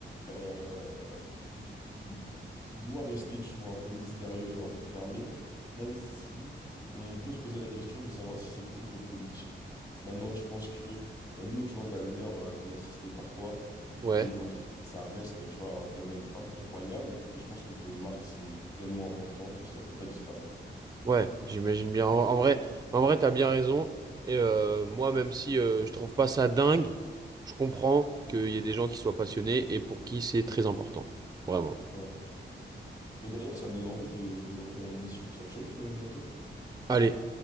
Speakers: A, on the left; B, on the right.
A: euh, qui, qui, qui doit rester, tu vois, un peu mystérieux, un peu fermé, même si on peut se poser la question de savoir si c'est contre-productif. Maintenant, je pense que euh, nous, tu vois, on a l'honneur euh, d'y assister parfois,
B: Ouais,
A: et dans tous les cas, ça reste, tu vois, un domaine incroyable, et je pense que pour une marque, c'est tellement important que ça peut pas disparaître.
B: ouais, j'imagine bien. En, en vrai, en vrai, t'as bien raison. Et euh, moi, même si euh, je trouve pas ça dingue, je comprends qu'il y ait des gens qui soient passionnés et pour qui c'est très important. Vraiment.
A: Ouais. Mais d'ailleurs, ça me donne envie de, de refaire une mission. Ça te chauffe euh, bientôt?
B: Allez.